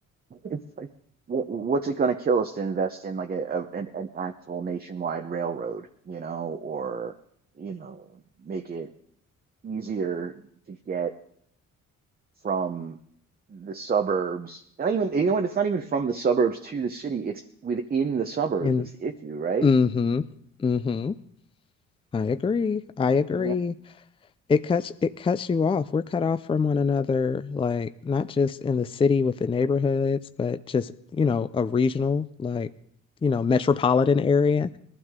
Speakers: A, on the right (about 30°); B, on the left (about 20°).
A: It's like, wh- what's it going to kill us to invest in like a, a an, an actual nationwide railroad, you know, or you know, make it easier to get from the suburbs. Not even you know what? It's not even from the suburbs to the city. It's within the suburbs.
B: and
A: That's the issue, right?
B: mm hmm mm hmm I agree. I agree.
A: Yeah,
B: It cuts it cuts you off. We're cut off from one another, like not just in the city with the neighborhoods, but just, you know, a regional, like, you know, metropolitan area.